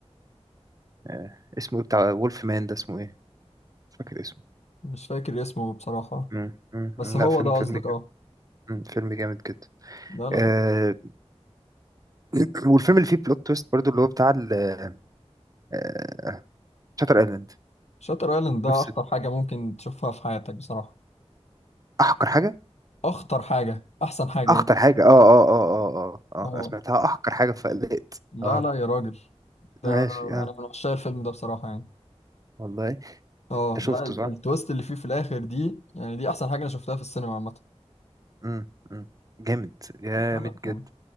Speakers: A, on the right; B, on the left.
A: آه، اسمه ايه بتاع وولف مان ده اسمه ايه مش فاكر اسمه
B: مش فاكر اسمه بصراحة
A: أمم، أمم،
B: بس
A: أمم.
B: هو
A: لا فيلم
B: ده
A: فيلم
B: قصدك
A: جامد
B: اه
A: أمم، فيلم جامد جدا
B: ده لا
A: آه، <coughs> والفيلم اللي فيه بلوت تويست برضو اللي هو بتاع ال- آه، شاتر ايلاند
B: شاتر ايلاند ده
A: نفس
B: أخطر حاجة ممكن تشوفها في حياتك بصراحة
A: احقر حاجه
B: أخطر حاجة أحسن حاجة
A: اخطر
B: يعني
A: حاجه اه اه اه اه اه
B: اه
A: اه أنا سمعتها احقر حاجه فقلقت
B: لا
A: اه
B: لا يا راجل ده
A: ماشي اه
B: أنا من عشاق الفيلم ده بصراحة يعني
A: والله
B: اه
A: انت شفته
B: لا ال-
A: صح
B: التويست اللي فيه في الآخر دي يعني دي أحسن حاجة أنا شفتها في السينما عامة
A: مم. مم. جامد جامد
B: لا لا كان
A: جدا